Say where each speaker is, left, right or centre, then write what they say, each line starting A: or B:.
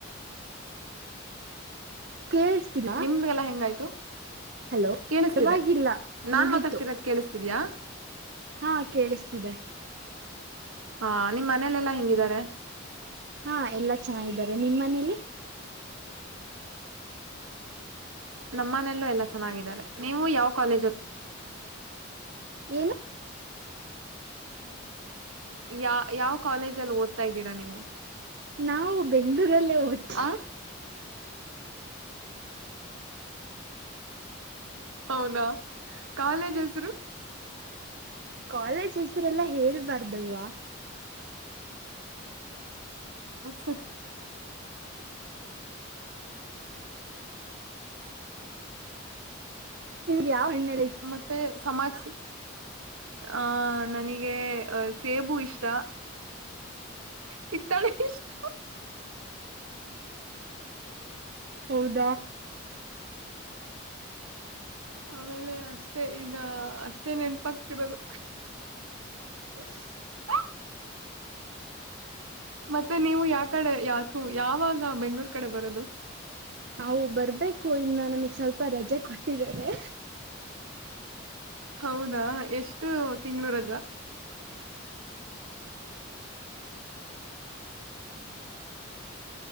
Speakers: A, on the right (about 50°); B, on the right (about 90°).
A: ಕೇಳಿಸ್ತಿಲ್ಲ
B: ನಿಮಗೆಲ್ಲ ಹೆಂಗಾಯ್ತು
A: ಹಲೋ
B: ಕೇಳಿಸ್ತಿದೆ
A: ಪರವಾಗಿಲ್ಲ
B: ನಾನ್
A: ಮುಗೀತು
B: ಮಾತಾಡ್ತಿರೋದ ಕೇಳಿಸ್ತಿದ್ಯಾ
A: ಹಾ ಕೇಳಿಸ್ತಿದೆ
B: ಹಾ ನಿಮ್ಮ್ ಮನೇಲೆೆಲ್ಲಾ ಹೆಿಂಗಿದಿದ್ದಾರೆ
A: ಹಾ ಎಲ್ಲಾ ಚೆನ್ನಾಗಿದ್ದಾರೆ ನಿಮ್ಮ್ ಮನೇಲಿ
B: ನಮ್ಮನೆಯಲ್ಲೂ ಎಲ್ಲ ಚೆನ್ನಾಗಿದ್ದಾರೆ ನೀವು ಯಾವ ಕಾಲೇಜು
A: ಏನು
B: ಯ ಯಾವ ಕಾಲೇಜ ಅಲ್ಲಿ ಓದ್ತಾ ಇದ್ದೀರಾ ನೀವು
A: ನಾವು ಬೆಂಗ್ಳೂರಲ್ಲೇ ಹಓದ್ತೀವಿ
B: ಆ ಹೌದಾ ಕಾಲೇಜ್ ಹೆಸರು
A: ಕಾಲೇಜ್ ಹೆಸರೆಲ್ಲಾ ಹೇಳ್ಬಾರ್ದಲ್ವಾ
B: ಸ
A: ನಿಮ್ಗೆ ಯಾವ ಇನ್ನ
B: ಮತ್ತೆ ಸಮಾಜ ಆ ನನಗೆ ಸೇಬು ಇಷ್ಟ ಕತ್ತಡ ಇಷ್ಟ
A: ಹೌದು
B: ಆಮೇಲೆ ಅಷ್ಟ ಮತ್ತೆ ಈಗ ಅಷ್ಟೇ ನೆನಪಾಗ್ತಿರೋದು
A: ಹ
B: ಹ ಮತ್ತೆ ನೀವು ಯಾ ಕಡೆ ಯಾಥು ಯಾವಾಗ ಬೆಂಗ್ಳೂರ್ ಕಡೆ ಬರೋದು
A: ನಾವು ಬರ್ಬೇಕು ಇನ್ನ ನಮಗ್ ಸ್ವಲ್ಪ ರಜೆ ಕೊಟ್ಟಿದಿದ್ದಾರೆ
B: ಹೌದಾ ಎಷ್ಟು ತಿಂಳೂ ರಜಾ